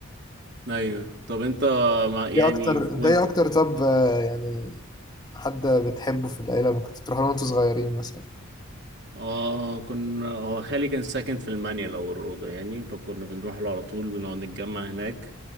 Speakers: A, on the right; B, on the left.
A: ايوه طب انت مع... يعني
B: ايه اكتر
A: وانت
B: انت ايه اكتر طب آه، يعني حد بتحبه في العيله كنت بتروح له وانتوا صغيرين مثلا
A: اه كنا هو خالي كان ساكن في المانيا او الروضه يعني فكنا بنروح له على طول بنقعد نتجمع هناك